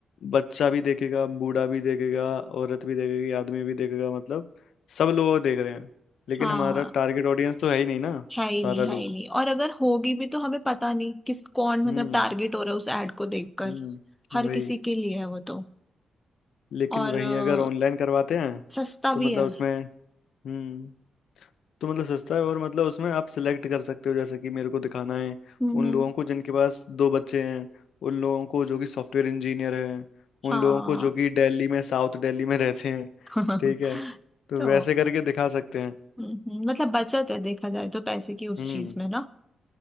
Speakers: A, on the left; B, in the centre.
A: बच्चा भी देखेगा बूढ़ा भी देखेगा औरत भी देखेगी आदमी भी देखेगा मतलब सब लोग देख रहे हैं लेकिन
B: हाँ
A: हमारा टारगेट ऑडियंस तो है ही नहीं ना
B: है ही
A: सारा
B: नहीं
A: लोग
B: है ही नहीं और अगर होगी भी तो हमें पता नहीं किस कौन मतलब
A: हम्म
B: टारगेट हो रहा है उस एड को देखकर
A: हम्म
B: हर
A: वही
B: किसी के लिए है वो तो
A: लेकिन
B: और
A: वहीं
B: अ,
A: अगर ऑनलाइन करवाते हैं
B: सस्ता
A: तो मतलब
B: भी है
A: उसमें हम्म तो मतलब सस्ता है और मतलब उसमें आप सिलेक्ट कर सकते हो जैसे कि मेरे को दिखाना है
B: हम्म
A: उन
B: हम्म,
A: लोगों को जिनके पास दो बच्चे हैं उन लोगों को जो कि सॉफ्टवेयर इंजीनियर हैं
B: हाँ
A: उन लोगों को जो कि दिल्ली में साउथ दिल्ली में रहते हैं
B: <laughs>
A: ठीक है तो
B: तो
A: वैसे करके दिखा सकते हैं
B: हम्म, हम्म, मतलब बचत है देखा जाए तो पैसे की उस
A: हम्म
B: चीज में ना